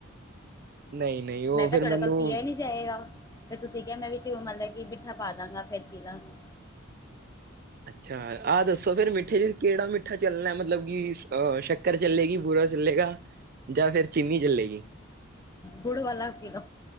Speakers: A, on the right; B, on the left.
A: ਨਹੀਂ ਨਹੀਂ ਉਹ
B: ਮੈਂ ਕੇਆ
A: ਫਿਰ
B: ਤੁਆਡੇ
A: ਮੈਨੂੰ
B: ਕੋਲ ਪੀਆ ਈ ਨੀ ਜਾਏਗਾ ਫੇਰ ਤੁਸੀਂ ਕੇਆ ਮੈਂ ਵਿੱਚ ਮਤਲਬ ਕਿ ਮਿੱਠਾ ਪਾ ਦਾਂਗਾ ਫੇਰ ਪੀ ਲਾਂਗਾ।
A: ਅੱਛਾ ਆਹ ਦੱਸੋ ਫਿਰ ਮਿੱਠੇ 'ਚ ਕੇੜਾ ਮਿੱਠਾ ਚੱਲਣਾ ਮਤਲਬ ਕਿ ਅ ਸ਼ੱਕ ਕਰ ਚੱਲੇਗੀ, ਬੂਰਾ ਚੱਲੇਗਾ ਜਾਂ ਫਿਰ ਚੀਨੀ ਚੱਲੇਗੀ?
B: ਗੁੜ ਵਾਲਾ ਪੀ ਲੋ।